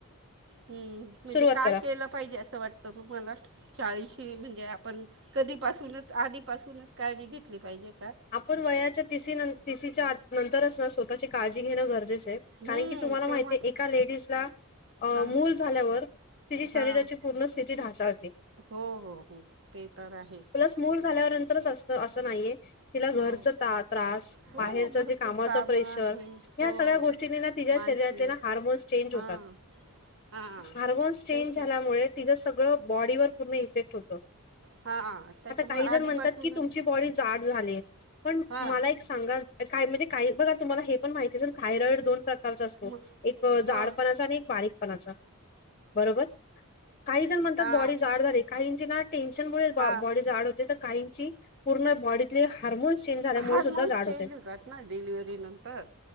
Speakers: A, on the right (about 60°); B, on the left (about 35°).
A: हम्म म्हणजे
B: सुरुवात
A: काय
B: करा
A: केलं पाहिजे असं वाटतं तुम्हाला? चाळीस. शी म्हणजे आपण कधी पासूनच, आधीपासूनच काळजी घेतली पाहिजे. का
B: आपण वयाच्या तिसी नं तिसीच्या आत नंतरच ना स्वतःची काळजी घेणं गरजेचं
A: हम्म
B: कारण की तुम्हाला
A: तेव्हाच
B: माहिती एका लेडीजला अ
A: हां
B: मूल झाल्यावर तिची शरीराची
A: हां
B: पूर्ण स्थिती ढासाळते,
A: हो हो हो ते तर आहेच
B: प्लस मूल झाल्यावर तरच असत असं नाहीये. तिला घरच
A: हो
B: ता त्रास,
A: हो
B: बाहेरच
A: भरपूर
B: जे कामाच
A: कामं
B: प्रेशर
A: आहे
B: ह्या
A: हो
B: सगळ्या गोष्टींनी ना तिच्या
A: मानसिक
B: शरीरातले ना हार्मोन्स चेंज
A: हां
B: होतात.
A: हां
B: हार्मोन्स चेंज
A: तेच
B: झाल्यामुळे
A: ना
B: तिज सगळं बॉडी वर पूर्ण इफेक्ट होतं.
A: हां त्याच्यामुळे
B: आता काही जण
A: आधीपासूनच
B: म्हणतात की तुमची बॉडी जाड झालीये. पण
A: हां
B: मला एक सांगाल काय? म्हणजे काही बघा तुम्हाला हे पण माहिती असेल थायरॉईड दोन प्र कारचा असतो,
A: मग
B: एक जाडपणाचा
A: हो
B: आणि एक बारीकपणाचा बरोबर, काही जण म्हणतात
A: हां
B: बॉडी जाड झालीये काहींची ना टेन्शनमुळे बॉ
A: हां
B: बॉडी जाड होते तर काहीं ची पूर्ण बॉडीतली हार्मोन्स चेंज झाल्यामुळे
A: हार्मोन्स
B: सुद्धा जाड
A: चेंज
B: होतय,
A: होतात ना डिलिव्हरी नंतर